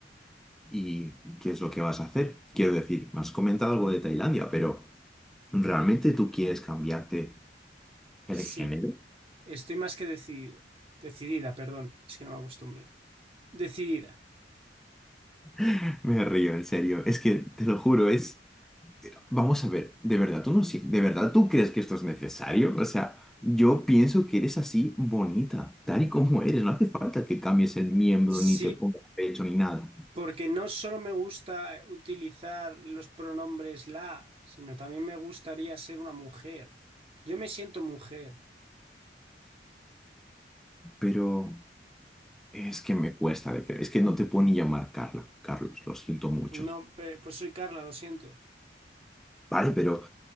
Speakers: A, in the centre; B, on the right.
A: ¿Y qué es lo que vas a hacer? Quiero decir, me has comentado algo de Tailandia, pero ¿realmente tú quieres cambiarte el
B: Sí,
A: género?
B: estoy más que decidido, decidida, perdón, es que no me acostumbro. Decidida,
A: <laughs> Me río, en serio. Es que te lo juro, es. Vamos a ver, ¿de verdad tú no sí? ¿De verdad tú crees que esto es necesario? O sea, yo pienso que eres así bonita, tal y como eres. No hace falta que cambies el miembro,
B: sí
A: ni te pongas pecho, ni nada.
B: Porque no solo me gusta utilizar los pronombres la, sino también me gustaría ser una mujer. Yo me siento mujer.
A: Pero es que me cuesta de creer. Es que no te puedo ni llamar Carla, Carlos, lo siento mucho.
B: No, eh, pues soy Carla, lo siento.
A: Vale, pero